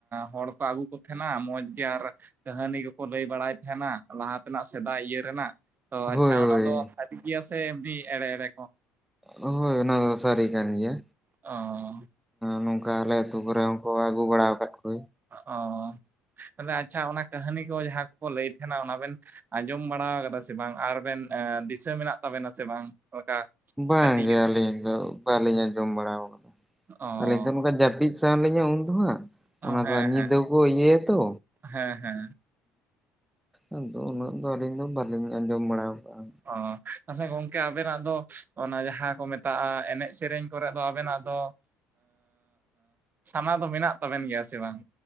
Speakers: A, on the right; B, in the centre.
A: ᱦᱚᱲᱠᱚ ᱟᱹᱜᱩ ᱠᱚ ᱛᱟᱦᱮᱸᱱᱟ ᱢᱚᱸᱡᱽᱜᱮ ᱟᱨ ᱠᱟᱹᱦᱱᱤ ᱠᱚᱠᱚ ᱞᱟᱹᱭ ᱵᱟᱲᱟᱭ ᱛᱟᱦᱮᱸᱱᱟ ᱞᱟᱦᱟ ᱛᱮᱱᱟᱜ ᱥᱮᱫᱟᱭ ᱤᱭᱟᱹ ᱨᱮᱱᱟᱜ᱾ ᱛᱚ ᱟᱪᱪᱷᱟ
B: ᱦᱳᱭ
A: ᱚᱱᱟ
B: ᱦᱳᱭ
A: ᱫᱚ, ᱥᱟᱹᱨᱤ ᱜᱮᱭᱟ ᱥᱮ ᱮᱢᱱᱤ ᱮᱲᱮ ᱮᱲᱮ ᱠᱚ
B: ᱦᱳᱭ ᱚᱱᱟ, ᱥᱟᱨᱤ ᱠᱟᱱ ᱜᱮᱭᱟ᱾
A: ᱚᱻ᱾
B: ᱱᱚᱝᱠᱟ ᱟᱞᱮ ᱟᱹᱛᱩ ᱠᱚᱨᱮ ᱦᱚᱸᱠᱚ ᱟᱹᱜᱩ ᱵᱟᱲᱟ ᱟᱠᱟᱫ ᱠᱚᱣᱟ᱾
A: ᱚᱻ ᱛᱟᱦᱚᱸᱞᱮ ᱟᱪᱪᱷᱟ ᱚᱱᱟ ᱠᱟᱹᱦᱱᱤ ᱠᱚ ᱢᱟᱦᱟ ᱠᱚᱠᱚ ᱞᱟᱹᱭᱮᱫ ᱛᱟᱦᱮᱸᱱᱟ ᱚᱱᱟ ᱵᱮᱱ ᱟᱸᱡᱚᱢ ᱵᱟᱲᱟ ᱠᱟᱫᱟ ᱥᱮ ᱵᱟᱝ? ᱟᱨᱵᱮᱱ ᱮ ᱫᱤᱥᱟᱹ ᱢᱮᱱᱟᱜ ᱛᱟᱵᱮᱱᱟ ᱥᱮ ᱵᱟᱝ, ᱚᱱᱠᱟ᱾
B: ᱵᱟᱝ
A: ᱠᱟᱹᱴᱤᱡ
B: ᱜᱮ ᱟᱞᱤᱧ ᱫᱚ᱾ ᱵᱟᱞᱤᱧ ᱟᱸᱡᱚᱢ ᱵᱟᱲᱟᱣ ᱠᱟᱫᱟ᱾
A: ᱚ
B: ᱟᱹᱞᱤᱧ ᱫᱚ ᱱᱚᱝᱠᱟ ᱡᱟᱹᱵᱤᱫ ᱥᱟᱱᱟ ᱞᱤᱧᱟ ᱩᱱ ᱫᱚ ᱦᱟᱸᱜ᱾
A: ᱦᱮᱸ
B: ᱚᱱᱟ ᱫᱚ ᱧᱤᱫᱟᱹ
A: ᱦᱮᱸ
B: ᱠᱚ ᱤᱭᱟᱹᱭᱟᱛᱚ᱾
A: ᱦᱮᱸ ᱦᱮᱸ
B: ᱟᱫᱚ ᱩᱱᱟᱹᱜ ᱫᱚ ᱟᱹᱞᱤᱧ ᱫᱚ ᱵᱟᱹᱞᱤᱧ ᱟᱸᱡᱚᱢ ᱵᱟᱲᱟ ᱠᱟᱜ-ᱟ᱾
A: ᱚᱻ ᱛᱟᱦᱚᱸᱞᱮ ᱜᱚᱝᱠᱮ ᱟᱵᱮᱱᱟᱜ ᱫᱚ᱾ ᱚᱱᱟ ᱡᱟᱦᱟᱸ ᱠᱚ ᱢᱮᱛᱟᱜ-ᱟ ᱮᱱᱮᱡ ᱥᱮᱨᱮᱸᱧ ᱠᱚᱨᱮᱜ ᱫᱚ ᱟᱵᱮᱱᱟᱜ ᱫᱚ᱾ ᱥᱟᱱᱟ ᱫᱚ ᱢᱮᱱᱟᱜ ᱛᱟᱵᱮᱱ ᱜᱮᱭᱟ ᱥᱮ ᱵᱟᱝ?